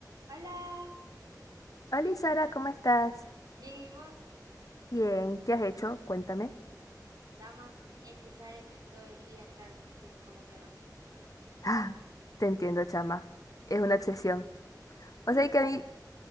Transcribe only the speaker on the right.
Hola,
bien y vos,
chama, escuchar Epic todo el día, claro que sí, cómo que no.
Total.